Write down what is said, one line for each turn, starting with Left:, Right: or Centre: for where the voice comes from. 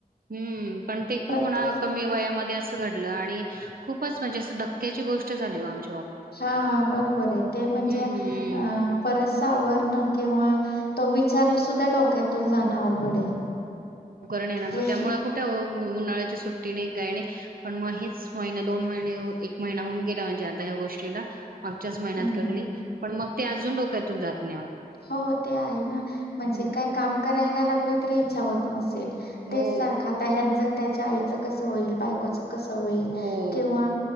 Right: हम्म पण ते
Left: प्रत्येक
Right: खूप ना
Left: स-
Right: कमी वयामध्ये असं घडलं आणि खूपच म्हणजे अस धक्क्याची गोष्ट झाली हो आमची
Left: हां बरोबर आहे, ते म्हणजे
Right: हम्म.
Left: अं परत सावरण किंवा तो विचार सुद्धा डोक्यातून जाणं अवघड आहे.
Right: करण ये ना मग
Left: हम्म
Right: त्यामुळे कुठे हो उन्हाळ्याच्या सुट्टीने काय नाही, पण मग हेच महिना दोन महिने एक महिना होऊन गेला, म्हणजे आता या गोष्टीला. मागच्याच महिन्यात
Left: हम्म.
Right: घडली, पण मग ते अजून डोक्यातून जात नाही अहो.
Left: हो, ते आहे ना, म्हणजे
Right: हम्म.
Left: काय काम करायला लागलं तरी इच्छा होत नसेल
Right: हो,
Left: तेच सारखं आता ह्यांचच त्याच्या आईच कस होईल बाय <unintelligible> असं कसं होईल
Right: हो.
Left: किंवा